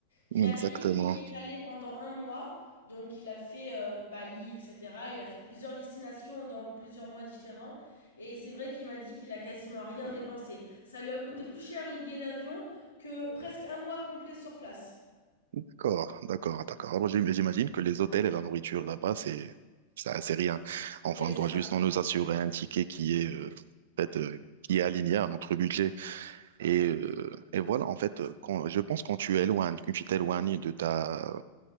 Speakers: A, on the left; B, on the right.
A: J'ai
B: Exactement.
A: un ami qui y est allé pendant un mois, donc il a fait euh, Bali, etc. Il a fait plusieurs destinations dans plusieurs mois différents et c'est vrai qu'il m'a dit qu'il a quasiment rien dépensé. Ça lui a coûté plus cher les billets d'avion que presque un mois complet sur place.
B: D'accord, d'accord, d'accord. Alors, j'im- j'imagine que les hôtels et la nourriture là-bas, c'est, ça, c'est rien. Enfin,
A: Oui,
B: on
A: c'est
B: doit
A: ça.
B: juste en nous assurer un ticket qui est, euh, en fait, euh, qui est aligné à notre budget. Et, euh, et voilà, en fait, euh, quand, je pense quand tu éloignes, quand tu t'éloignes de ta,